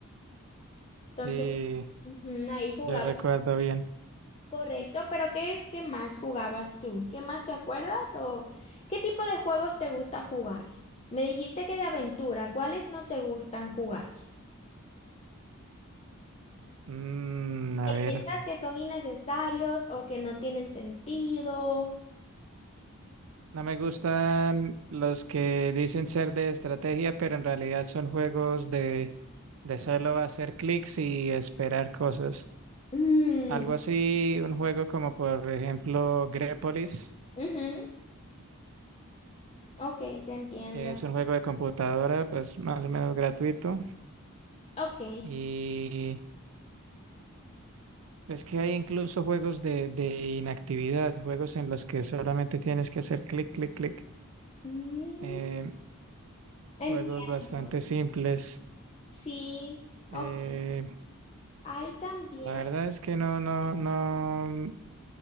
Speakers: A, on the left; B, on the right.
A: Entonces,
B: Sí.
A: ujú, ahí jugaba,
B: Yo recuerdo bien.
A: correcto. Pero ¿qué, qué más jugabas tú? ¿Qué más te acuerdas o qué tipo de juegos te gusta jugar? Me dijiste que de aventura, ¿cuáles no te gustan jugar?
B: Mm, a
A: que
B: ver,
A: piensas que son innecesarios o que no tienen sentido.
B: no me gustan los que dicen ser de estrategia, pero en realidad son juegos de, de solo hacer clics y esperar cosas.
A: Mm,
B: Algo así, un juego como por ejemplo Grepolis,
A: ujú, Ok, te entiendo.
B: que es un juego de computadora, pues más o menos gratuito.
A: Ok.
B: Y es que hay incluso juegos de, de inactividad, juegos en los que solamente tienes que hacer clic, clic, clic.
A: mm,
B: Eh,
A: entiendo.
B: juegos bastante simples.
A: Sí, ok.
B: Eh,
A: Hay también.
B: la verdad es que no, no, no, mm,